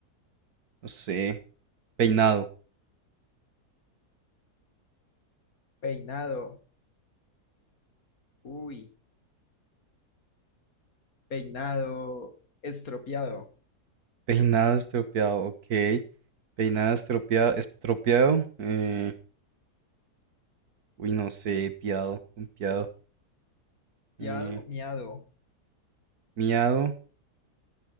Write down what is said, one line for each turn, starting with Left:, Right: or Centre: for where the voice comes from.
Right: no sé, peinado.
Left: Peinado, uy. Peinado, estropeado.
Right: Peinado estropeado, ok. Peinado estropeado, estropeado. eh, uy, no sé, piado, un piado.
Left: Fiado,
Right: eh,
Left: miado.
Right: miado,